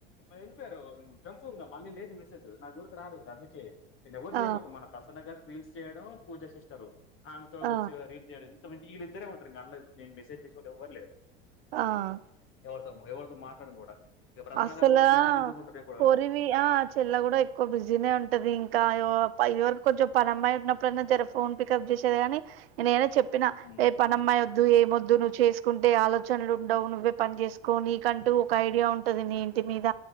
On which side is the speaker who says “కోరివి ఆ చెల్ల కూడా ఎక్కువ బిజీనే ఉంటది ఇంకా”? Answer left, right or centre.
Right